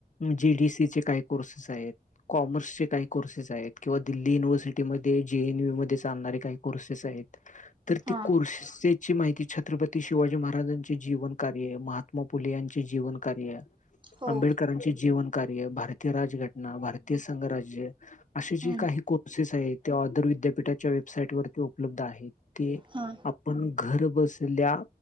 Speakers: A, on the left; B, on the right.
A: जीडीसी चे काही कोर्सेस आहेत, कॉमर्सचे काही कोर्सेस आहेत किंवा दिल्ली युनिव्हर्सिटी मध्ये जेएनयू मध्ये चालणारे काही कोर्सेस आहेत. तर
B: हा
A: ते कोर्सेस ची माहिती छत्रपती शिवाजी महाराजांचे जीवन कार्य आहे, महात्मा फुले यांचे जीवन कार्य आहे,
B: हो
A: आंबेडकरांचेजीवन कार्य, भारतीय राजघटना, भारतीय संघराज्य, असे जे
B: हम्म
A: काही कोर्सेस आहेत ते ओदर विद्यापीठाच्या वेबसाईट वरती उपलब्ध आहेत. ते‌
B: हा
A: आपण घर बसल्या